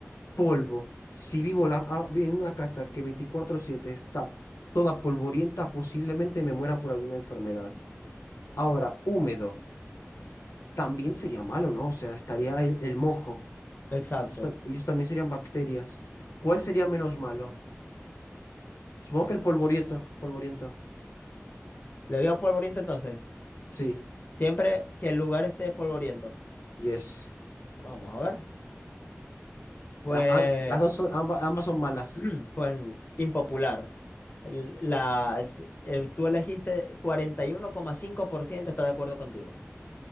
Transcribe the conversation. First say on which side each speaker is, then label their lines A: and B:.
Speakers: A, on the left; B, on the left.
A: Polvo. Si vivo la- ah, vi- en una casa que veinticuatro siete está toda polvorienta, posiblemente me muera por alguna enfermedad. Ahora, húmedo. También sería malo, ¿no? O sea, estaría el, el mojo.
B: Exacto.
A: Ellos, ta- ellos también serían bacterias. ¿Cuál sería menos malo? Supongo que el polvoriento. Polvoriento.
B: ¿Le digo polvoriento entonces?
A: Sí,
B: Siempre que el lugar esté polvoriento.
A: yes.
B: Bueno, vamos a ver. Pues
A: A- a- las dos son, amba- ambas, son malas.
B: <clears throat> Pues impopular. L- La, es- eh, tú elegiste cuarenta y uno coma cinco por ciento está de acuerdo contigo.